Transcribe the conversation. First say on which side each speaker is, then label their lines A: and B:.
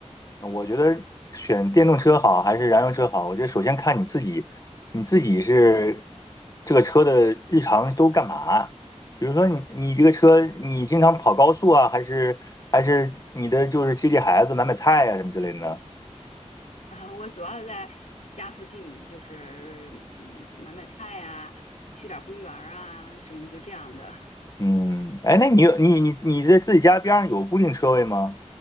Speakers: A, on the left; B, on the left.
A: 呃我觉得选电动车好还是燃油车好？我觉得首先看你自己，你自己是这个车的日常都干嘛？比如说你你这个车，你经常跑高速啊，还是还是你的就是接接孩子、买买菜呀、什么之类的呢？
B: 啊，我主要在家附近，就是嗯买买菜啊，去点儿公园儿啊，什么就这样的。
A: 嗯，哎，那你有你你你在自己家边上有固定车位吗？